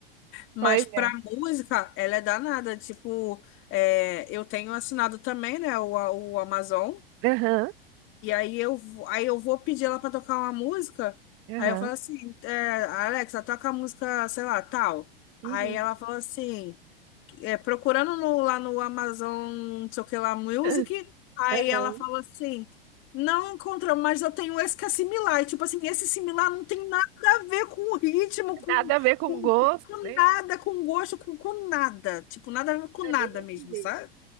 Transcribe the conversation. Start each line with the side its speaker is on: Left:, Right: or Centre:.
Left: Mas
Right: Pois
Left: pra
Right: é.
Left: música, ela é danada. Tipo, é, eu tenho assinado também, né, o, o Amazon.
Right: Aham.
Left: E aí eu, aí eu vou pedir ela pra tocar uma música.
Right: Aham.
Left: Aí eu falo assim, é, Alexa, toca a música, sei lá, tal. Aí
Right: Uhum.
Left: ela fala assim, é, procurando no- lá no Amazon, não sei o que lá, Music.
Right: <laughs>
Left: Aí
Right: Aham.
Left: ela fala assim, não encontra, mas eu tenho esse que é similar. E, tipo assim, esse similar não tem nada a ver com o ritmo, com,
Right: Nada a ver com
Left: com,
Right: gosto,
Left: com
Right: né?
Left: nada, com gosto, com, com nada. Tipo, nada a ver com
Right: É
Left: nada
Right: bem desse
Left: mesmo,
Right: jeito.
Left: sabe?